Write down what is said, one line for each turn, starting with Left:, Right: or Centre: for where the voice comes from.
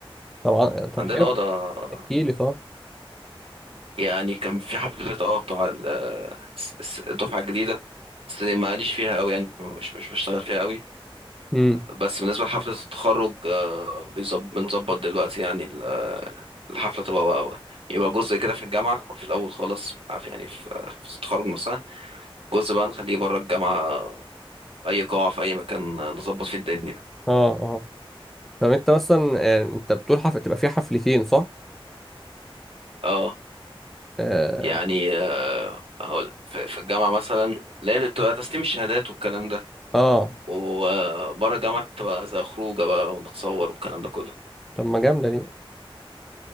Centre: طبعا طب
Right: عندنا
Centre: حلو
Right: اه ده
Centre: احكي لي طب
Right: يعني كان في حفلة اه بتاع ال- الس- الس- الدفعة الجديدة بس ماليش فيها قوي يعني مش مش بشتغل فيها قوي
Centre: امم
Right: بس بالنسبة لحفلة التخرج آه، بيظب- بنظبط دلوقتي يعني ال- الحفلة تبقى يبقى جزء كده في الجامعة في الأول خالص عارف يعني في في التخرج نفسها جزء بقى نخليه بره الجامعة اي قاعه في اي مكان آه، نظبط في الدنيا
Centre: اه اه طب انت مثلا يعني انت بتقول حفلة تبقى فيها حفلتين صح؟
Right: اه
Centre: اه
Right: يعني آه، هقول في في الجامعه مثلا لا هي بتبقى تسليم الشهادات والكلام ده
Centre: اه
Right: وبره الجامعه تبقى زي خروجه بقى ونتصور والكلام ده كله
Centre: طب ما جامدة دي